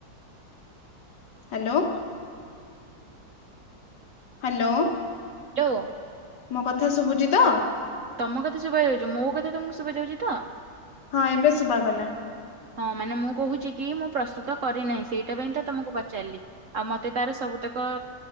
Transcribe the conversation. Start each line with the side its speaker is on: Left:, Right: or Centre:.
Left: ହ୍ୟାଲୋ। ହ୍ୟାଲୋ।
Right: ଲୋ।
Left: ମୋ କଥା ଶୁଭୁଚି ତ।
Right: ତମ କଥା ଶୁବା ଯାଉଛି ମୋ କଥା ତମକୁ ଶୁଭା ଯାଉଛି ତ।
Left: ହଁ ଏବେ ଶୁଭା କଲା।
Right: ହଁ ମାନେ ମୁଁ କହୁଛି କି ମୁଁ ପ୍ରସ୍ତୁତ କରିନାହିଁ ସେଇଟା ପାଇଁ ତ ତମକୁ ପଚାରିଲି ଆଉ ମତେ ତାର ସବୁ ମତକ